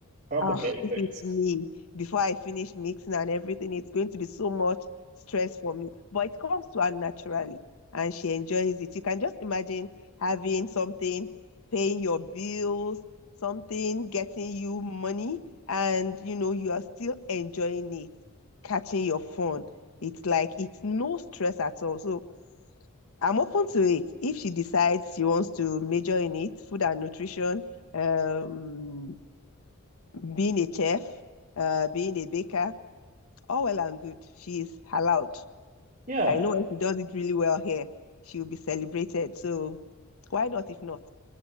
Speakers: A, on the right; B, on the left.
A: Complicating
B: Oh, if
A: things.
B: it's me, before I finish mixing and everything, it's going to be so much stress for me. But it comes to her naturally and she enjoys it. You can just imagine having something, paying your bills, something getting you money, and you know, you are still enjoying it, catching your phone. It's like it's no stress at all. So I'm open to it. If she decides she wants to major in it, food and nutrition, um, being a chef, uh, being a baker, all well and good. She is allowed.
A: Yeah.
B: I know if she does it really well here, she'll be celebrated. So why not if not?